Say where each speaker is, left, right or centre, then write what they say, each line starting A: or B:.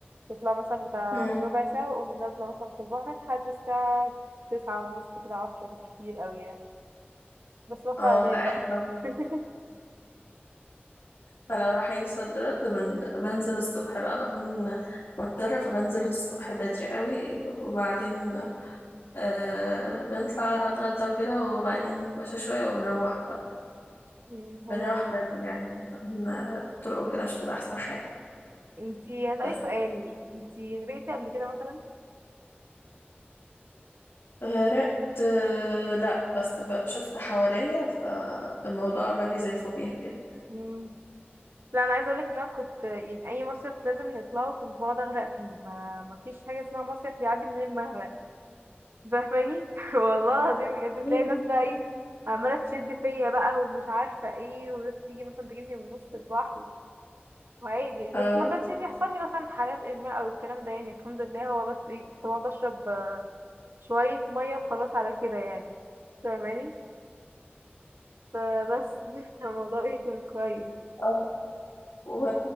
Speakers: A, on the right (about 70°); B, on the left (about 75°).
A: تطلع مثلا بتاع
B: مم.
A: ربع ساعة وأقوم نازلة مثلا في البحر لحد الساعة تسعة ونص كده عشرة بالكتير أوي يعني بس بطلع
B: اه
A: أنام
B: لا احنا
A: بقى
B: لو
A: <laughs>
B: فلو رايحين صد رد بن- بنزل الصبح بقى بكون مضطرة فبنزل الصبح بدري قوي وبعدين آه بنطلع نتغدى وكده وبعدين نتمشى شوية ونروح بقى
A: مم، حلوة
B: بنروح
A: جدا
B: بدري يعني عشان الطرق وكده مش بتبقى أحسن حاجة
A: انتي هسألك
B: بس
A: سؤال انتي غرقتي قبل كده مثلا؟
B: غرقت آه لا بس بقى شفت حواليا فالموضوع عمل لي زي فوبيا كده
A: مم. لا أنا عايزة أقولك إن أنا كنت يعني أي مصيف لازم نطلعه كنت بقعد أغرق فيه ما ما فيش حاجة اسمها مصيف يعدي من المغرق فاهماني؟ <laughs> والله العظيم بجد
B: <laughs>
A: تلاقي ناس بقى إيه عمالة تشد فيا بقى ومش عارفة إيه وتيجي مثلا تجيبني من نص البحر وعادي يعني
B: اه
A: بس ما كانش بيحصل لي مثلا حالات اغماء او الكلام ده يعني الحمد لله هو بس ايه كنت بقعد اشرب آه، شويه ميه وخلاص على كده يعني فاهماني فبس <laughs> الموضوع ايه كان كويس
B: آه. و...